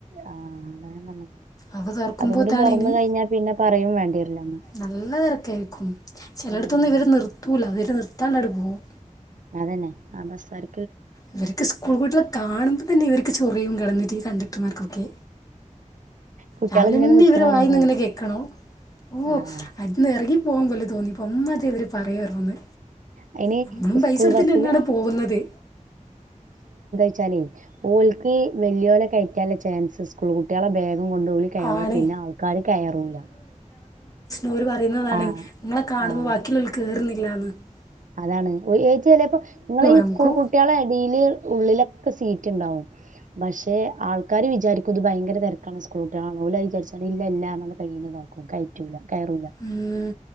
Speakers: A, on the right; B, on the left.
A: ആഹ് അതാ ഞാൻ പറഞ്ഞത്
B: അവ തുർക്കുമ്പോ
A: അതും കൂടി
B: താണേനി
A: തുറന്ന് കഴിഞ്ഞാ പിന്നെ പറയും വേണ്ടിവരില്ലന്ന്
B: നല്ല തിരക്കായിരിക്കും ചിലടത്തൊന്ന്
A: ഉം
B: ഇവര് നിർത്ത് സ്കൂള അവർ നിർത്താണ്ടെ പോകും
A: അതന്നെ ആ ബസ്സേർ
B: ഇവർക്ക് സ്കൂൾ കുട്ടികളെ കാണുമ്പോൾ തന്നെ ഇവർക്ക് ചൊറിയും കിടന്നിട്ട് ഇ കണ്ടക്ടർമാർക്കൊക്കെ
A: കുട്ടികൾ
B: രാവിലെന്നെ
A: ഇങ്ങനെ നിക്കണ
B: ഇവരെ
A: കാണുമ്പളേ
B: വായിന്ന് ങ്ങനെ കേക്കണോ ഓ
A: ആഹ്
B: അത്ന്ന് ഇറങ്ങി പോവാൻ പോലും തോന്നി അംമാതിരി അവര് പറയായ്ര്ന്നെന്ന്
A: അയിന്
B: നമ്മളും പൈസടുത്തിട്ടാണ്
A: സ്കൂൾ ബസ്സില്
B: പോകുന്നത്
A: ച്ചാലെ ഓൽക്ക് വല്യോലെകയറ്റാല്ലേ ചാൻസ് സ്കൂൾക്കുട്ടിയാളെ ബേക് ും കൊണ്ടൊല് കയറിയ
B: ആണ്
A: പിന്നെ ആൾക്കാര് കയറൂല
B: ഓല് പറയുന്നതാണ്
A: ആഹ്
B: ഇങ്ങളെ കാണുബം
A: ആഹ്
B: ബാക്കിള്ളോല് കേറുന്നില്ല <unintelligible>
A: അതാണ് ഏ ച്ചിലപ്പൊ നിങ്ങളെ ഈ
B: നമുക്ക്
A: സ്കൂൾ കുട്ടികളെ എടില് ഉള്ളില ക്കെ സീറ്റ് ഇണ്ടാവും പക്ഷെ ആൾക്കാര് വിചാരിക്കും ത് ഭയങ്കര തെരക്കാണ് സ്കൂൾ കുട്ടിള്ളാണ് ഓല് അഹ് ചാര്ച്ചാണ്ട് ഇല്ല ഇല്ലാ കയ്യ് താക്കും കയറ്റൂല കയറൂല
B: ഉം